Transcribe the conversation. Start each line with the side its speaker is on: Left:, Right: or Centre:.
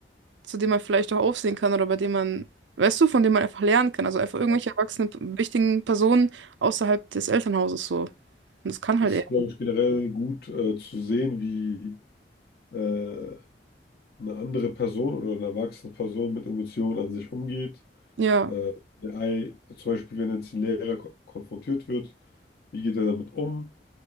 Right: zu denen man vielleicht auch aufsehen kann oder bei denen man, weißt du, von denen man einfach lernen kann, also einfach irgendwelche
Left: Ja.
Right: erwachsenen, wichtigen Personen außerhalb des Elternhauses so. Und das kann
Left: Ist,
Right: halt eher.
Left: glaube ich, generell gut äh, zu sehen, wie äh, eine andere Person oder eine erwachsene Person mit Emotionen an sich umgeht.
Right: Ja,
Left: Äh, eine AI, zum Beispiel, wenn jetzt ein Lehrer ko konfrontiert wird, Wie geht er damit um?